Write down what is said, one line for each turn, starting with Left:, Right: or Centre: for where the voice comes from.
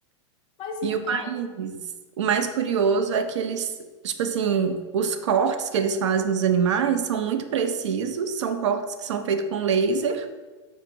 Left: mas
Right: E
Left: e-
Right: o mais,
Left: ah,
Right: o mais curioso é que eles, tipo assim, os cortes que eles fazem nos animais são muito precisos, são cortes que são feitos com laser,